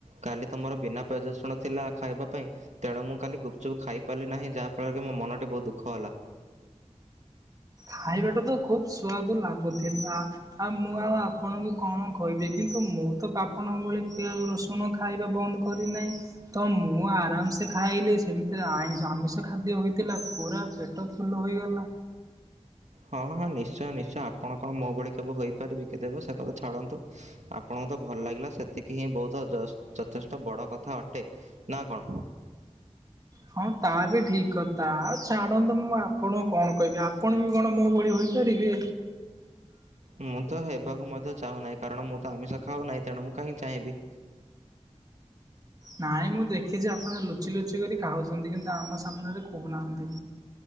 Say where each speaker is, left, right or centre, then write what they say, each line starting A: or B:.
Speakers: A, on the right (about 80°); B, on the right (about 30°).
A: କାଲି ତୁମର ବିନା ପିଆଜ, ରସୁଣ ଥିଲା ଖାଇବା ପାଇଁ ତେଣୁ ମୁଁ କାଲି ଗୁପଚୁପ୍ ଖାଇ ପାରିଲି ନାହିଁ ଯାହା ଫଳରେ କି ମୋ ମନଟି ବହୁତୁ ଦୁଃଖ ହେଲା।
B: ଖାଇବାକୁ ତ ଖୁବ୍ ସୁଆଦୁ ଲାଗୁଥିଲା। ଆଉ ମୁଁ ଆଉ ଆପଣଙ୍କୁ କଣ କହିବି କିନ୍ତୁ ମୁଁ ତ ଆପଣଙ୍କ ଭଳି ପିଆଜ, ରସୁ ଆପଣ ଖାଇବା ବନ୍ଦ୍ କରିନାହିଁ। ତ ମୁଁ ଆରାମ୍ ସେ ଖାଇଲି ସେମିତିରେ ଆଇଁଷ ଆମିଷ ଖାଦ୍ୟ ହୋଇଥିଲା ପୁରା ପେଟ ପେଟ ଫୁଲ୍ ହୋଇଗଲା।
A: ହଁ ହଁ ନିଶ୍ଚୟ ନିଶ୍ଚୟ ଆପଣ କଣ ମୋ ଭଳି କେବେ ହୋଇପାରିବେ କି ତେବେ ସେ କଥା ଛାଡନ୍ତୁ ଆପଣଙ୍କୁ ତ ଭଲ ଲାଗିଲା ସେତିକି ହିଁ ବହୁତ ଯଷ୍ଟ-ଯଥେଷ୍ଟ ବଡ କଥା ଅଟେ। ନା କଣ?
B: ହଁ ତା ବି ଠିକ୍ କଥା ଆଉ ଛାଡ଼ନ୍ତୁ ମୁଁ ଆପଣଙ୍କୁ କଣ କହିବି ଆପଣ ବି କଣ ମୋ ଭଳି ହୋଇପାରିବେ।
A: ମୁଁ ତ ହେବାକୁ ମଧ୍ୟ ଚାହୁଁନାହିଁ କାରଣ ମୁଁ ତ ଆମିଷ ଖାଉ ନାହିଁ ତେଣୁ ମୁଁ କାହିଁ ଚାହିଁବି
B: ନାହିଁ ମୁଁ ଦେଖିଚି ଆପଣ ଲୁଚି ଲୁଚି କରି ଖାଉଚନ୍ତି କିନ୍ତୁ ଆମ ସାମ୍ନାରେ କହୁନାହାଁନ୍ତି।